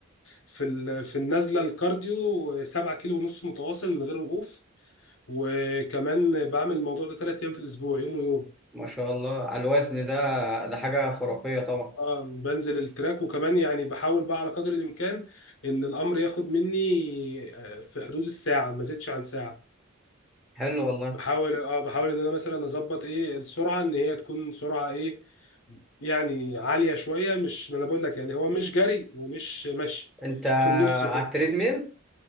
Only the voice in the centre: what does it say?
ما شاء الله على الوزن ده ده حاجة خرافية طبعا
حلو والله
انت
على التريد ميل